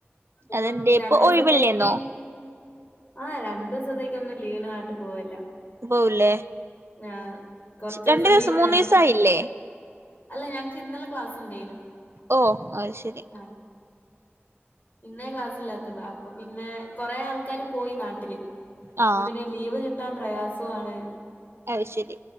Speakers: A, on the left (about 40°); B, on the right (about 70°).
A: ഇപ്പം
B: അതെന്തെ
A: രണ്ടു
B: ഇപ്പൊ
A: ദിവസത്തേക്ക്
B: ഒഴിവില്ലേന്നോ
A: ആഹ് രണ്ടു ദിവസത്തേക്കൊന്നും ലീവിന് നാട്ട് പോവല്ല
B: പോവൂലേ
A: ആഹ് കൊറച്ച് ദിവസം
B: രണ്ടു
A: ലീവ്
B: മൂന്ന്
A: വേണം
B: ദിവസം ആയില്ലേ
A: അല്ല ഞങ്ങക്ക് ഇന്നലെ ക്ലാസ് ഉണ്ടേനു
B: ഓ ആയ്ശരി
A: ആഹ് ഇന്നേ ക്ലാസ് ഇല്ലാത്തുള്ളൂ അപ്പൊ പിന്നെ കൊറേ ആൾക്കാര് പോയി നാട്ടില്
B: ആ
A: അപ്പൊ പിന്നെ ലീവ് കിട്ടാൻ പ്രയാസമാണ്
B: അയ് ശെരി